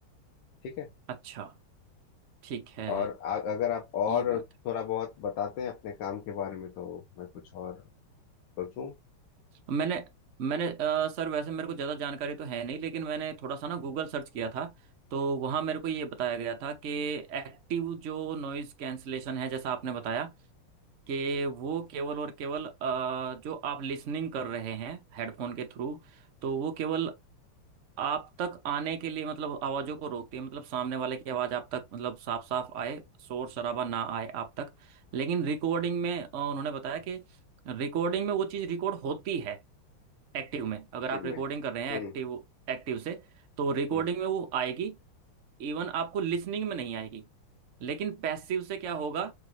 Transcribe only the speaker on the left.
ठीक है
और आ, अगर आप और
थोड़ा बहुत बताते हैं अपने काम के बारे में तो मैं कुछ और सोचूं
टीम
में
हम्म
हम्म।